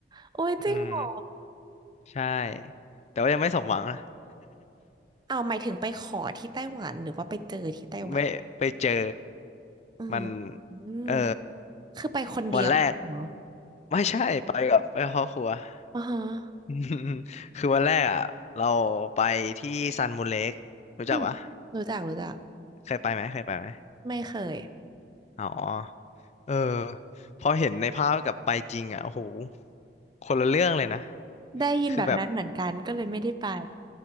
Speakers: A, on the right (about 25°); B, on the left (about 40°).
A: โอ้ยจริงเหรอ
B: อืมใช่แต่ว่ายังไม่สมหวังนะ
A: เอาหมายถึงไปขอที่ไต้หวันหรือว่าไปเจอที่ไต้หวัน
B: <laughs> ไม่ไปเจอ
A: อืม
B: มัน
A: อืม
B: เออ
A: คือไปคนเดียวเหรอ
B: วันแรกไม่ใช่ไปกับไปกับครอบครัว
A: อ๋อฮะ
B: <laughs> อืมคือวันแรกอ่ะเราไปที่ซันมูนเลกรู้จักปะ
A: อืมรู้จักรู้จัก
B: เคยไปไหมเคยไปไหม
A: ไม่เคย
B: อ๋อเออพอเห็นในภาพกับไปจริงอ่ะโอ้โหคนละเรื่องเลยนะ
A: ได้ยินแบบนั้นเหมือนกันก็เลยไม่ได้ไป
B: คือแบบ